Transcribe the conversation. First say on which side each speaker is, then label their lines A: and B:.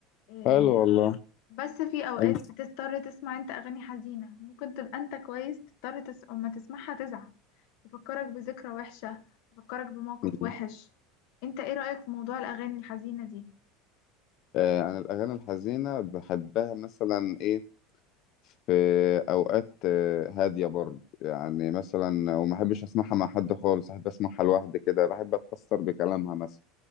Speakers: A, on the left (about 60°); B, on the left (about 40°).
A: آه،
B: حلو والله
A: بس في اوقات
B: انت
A: بتضطر تسمع انت اغاني حزينة ممكن تبقى انت كويس تضطر تس... اما تسمعها تزعل تفكرك بذكرى وحشة تفكرك بموقف
B: مم.
A: وحش انت ايه رأيك في موضوع الاغاني الحزينة دي
B: آه، انا الاغاني الحزينه بحبها مثلا ايه في أوقات آه، هادية برضه يعني مثلا وما أحبش أسمعها مع حد خالص أحب أسمعها لوحدي كده بحب أتأثر بكلامها مثلا